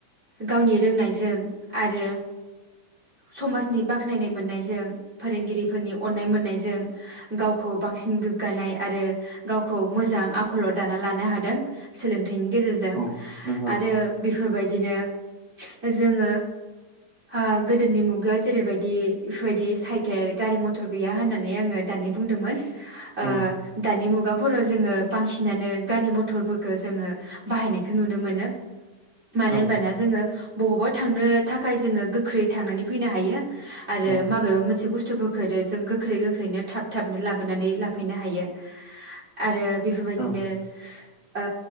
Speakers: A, on the right; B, on the right.
A: गावनि रोंनायजों आरो समाजनि बाख्नायनाय मोननायजों फोरोंगिरिफोरनि अननाय मोननायजों गावखौ बांसिन गोग्गानाय आरो गावखौ मोजां आखलर दाना लानो हादों सोलों थायनि गेजेरजों
B: औ नंगौ
A: आरो बेफोरबायदिनो जोङो ओ गोदोनि मुगायाव जेरैबायदि बेफोरबायदि साइकेल गारि मथर गैया होननानै आङो दानि बुंदोंमोन ओ
B: औ
A: दानि मु गाफोराव जोङो बांसिनानो गारि मथरफोरखौो जोङो बाहायनायखौ नुनो मोनो मानो
B: औ
A: होनबाना जोङो बबावबा थांनो थाखाय जोङो गोख्रै थांनानै फैनो हायो आरो
B: औ
A: माबेबा मोनसे बुस्थुबो खो जों गो गोख्रै गोख्रैनो थाब थाबनो लाबोनानै लाफैनो हायो आरो बेफोरबायदिनो
B: औ
A: ओ